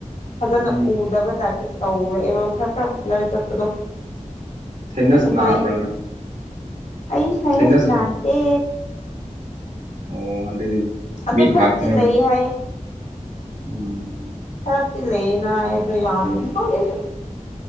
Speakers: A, on the left; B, on the right.
A: ꯐꯖꯅ
B: ꯎꯝ
A: ꯎꯗꯕ ꯇꯧꯔꯛꯑꯦꯕ ꯈꯔ ꯈꯔ ꯆꯠꯄꯗꯣ
B: ꯁꯥꯏꯅꯁ
A: ꯑꯗꯨꯃꯥꯏ
B: ꯅꯥꯕ꯭ꯔꯥ ꯅꯪ
A: ꯑꯩ ꯁꯥꯏꯅꯥꯁ
B: ꯁꯥꯏꯅꯁ
A: ꯅꯥꯗꯦ
B: ꯑꯣ ꯑꯗꯨꯗꯤ
A: ꯑꯗꯨ
B: ꯃꯤꯠ
A: ꯈꯔꯛꯇꯤ
B: ꯉꯥꯛꯇ
A: ꯂꯩ ꯍꯥꯏꯌꯦ
B: ꯎꯝ
A: ꯈꯔꯗꯤ ꯂꯩꯌꯦꯅ ꯑꯩ ꯑꯗꯣ ꯌꯥꯝ ꯈꯣꯂꯦꯁꯨ